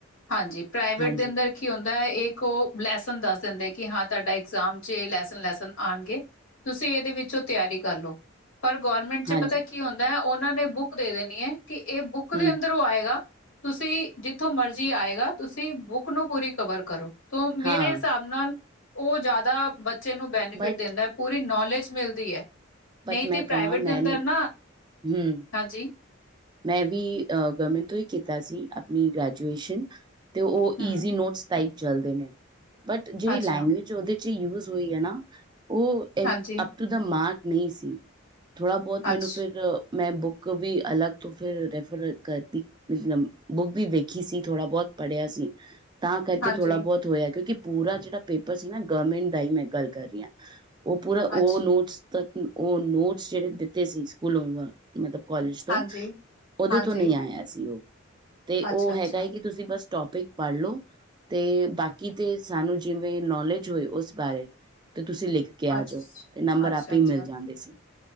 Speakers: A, on the left; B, on the right.
A: ਹਾਂਜੀ, ਪ੍ਰਾਈਵੇਟ
B: ਹਾਂਜੀ
A: ਦੇ ਅੰਦਰ। ਕੀ ਹੁੰਦਾ ਏ, ਇੱਕ ਉਹ ਲੈਸਨ ਦੱਸ ਦਿੰਦੇ ਕਿ ਹਾਂ, ਤੁਹਾਡੇ ਇਗਜ਼ਾਮ 'ਚ ਇਹ ਲੈਸਨ ਲੈਸਨ ਆਉਣਗੇ। ਤੁਸੀਂ, ਇਹਦੇ ਵਿੱਚੋਂ ਤਿਆਰੀ ਕਰ ਲਓ। ਪਰ ਗੌਰਮੈਂਟ'ਚ
B: ਹਾਂਜੀ
A: ਪਤਾ ਕੀ ਹੁੰਦਾ ਏ, ਉਹਨਾਂ ਨੇ ਬੁੱਕ ਦੇ ਦੇਣੀ ਏ ਕਿ ਇਹ ਬੁੱਕ
B: ਹੂੰ
A: ਦੇ ਅੰਦਰੋਂ ਆਏਗਾ, ਤੁਸੀਂ ਜਿੱਥੋਂ ਮਰਜ਼ੀ ਆਏਗਾ, ਤੁਸੀਂ ਬੁੱਕ ਨੂੰ ਪੂਰੀ ਕਵਰ ਕਰੋ। ਤੋ
B: ਹਾਂ
A: ਮੇਰੇ ਹਿਸਾਬ ਨਾਲ, ਉਹ ਜ਼ਿਆਦਾ ਬੱਚੇ ਨੂੰ ਬੈਨੀਫਿਟ
B: ਬਟ
A: ਦਿੰਦਾ। ਪੂਰੀ ਨੌਲੇਜ ਮਿਲਦੀ ਹੈ,
B: ਬਟ
A: ਨਹੀਂ ਤੇ
B: ਮੈਂ
A: ਪ੍ਰਾਈਵੇਟ
B: ਕਵਾਂ ਮੈਂ
A: ਦੇ ਅੰਦਰ ਨਾ,
B: ਹੂੰ
A: ਹਾਂਜੀ।
B: ਮੈਂ ਵੀ ਗਵਰਮੈਂਟ ਤੋਂ ਹੀ ਕੀਤਾ ਸੀ ਆਪਣੀ ਗ੍ਰੈਜੂਏਸ਼ਨ ਤੇ ਉਹ
A: ਹੂੰ,
B: ਈਜ਼ੀ ਨੋਟਸ ਟਾਈਪ ਚੱਲਦੇ ਨੇ, ਬਟ ਜਿਹੜੀ
A: ਅੱਛਾ,
B: ਲੈਂਗੁਏਜ ਉਹਦੇ ਚ ਯੂਜ ਹੋਈ ਹੈ ਨਾ, ਉਹ
A: ਹਾਂਜੀ,
B: ਅਪ ਟੂ ਦਾ ਮਾਰਕ ਨਹੀਂ ਸੀ। ਥੋੜਾ ਬਹੁਤ ਮੈਨੂੰ,
A: ਅੱਛ,
B: ਫਿਰ ਮੈਂ ਬੁੱਕ ਵੀ ਅਲੱਗ ਤੋਂ ਫਿਰ ਰੈਫਰ ਕਰਤੀ, ਮੈਂ ਬੁੱਕ ਵੀ ਵੇਖੀ ਸੀ, ਥੋੜਾ ਬਹੁਤ ਪੜ੍ਹਿਆ ਸੀ। ਤਾਂ ਕਰਕੇ
A: ਹਾਂਜੀ,
B: ਥੋੜ੍ਹਾ ਬਹੁਤ ਹੋਇਆ, ਕਿਉਂਕਿ ਪੂਰਾ ਜਿਹੜਾ ਪੇਪਰ ਸੀ ਨਾ, ਗਵਰਨਮੈਂਟ ਦਾ ਹੀ ਮੈਂ ਗੱਲ ਕਰ ਰਹੀ ਹਾਂ। ਉਹ ਪੂਰਾ, ਉਹ
A: ਅੱਛ,
B: ਨੋਟਸ ਤੱਕ ਉਹ ਨੋਟਸ ਜਿਹੜੇ ਦਿੱਤੇ ਸੀ, ਸਕੂਲੋਂ ਵਾ ਮਤਲਬ, ਕਾਲਜ ਤੋ
A: ਹਾਂਜੀ,
B: ਓਦੇ
A: ਹਾਂਜੀ।
B: ਤੋਂ ਨਹੀਂ ਆਇਆ ਸੀ ਉਹ, ਤੇ
A: ਅੱਛਾ-ਅੱਛਾ,
B: ਉਹ ਹੈਗਾ ਏ ਕਿ, ਤੁਸੀਂ ਬਸ ਟੋਪਿਕ ਪੜ੍ਹ ਲਓ। ਤੇ ਬਾਕੀ ਤੇ ਸਾਨੂੰ ਜਿਵੇਂ ਨੌਲੇਜ ਹੋਏ, ਉਸ ਬਾਰੇ ਤਾਂ ਤੁਸੀਂ ਲਿਖ ਕੇ ਆ
A: ਅੱਛ
B: ਜਾਓ, ਤੇ ਨੰਬਰ
A: ਅੱਛਾ-ਅੱਛਾ,
B: ਆਪੇ ਹੀ ਮਿਲ ਜਾਂਦੇ ਸੀ।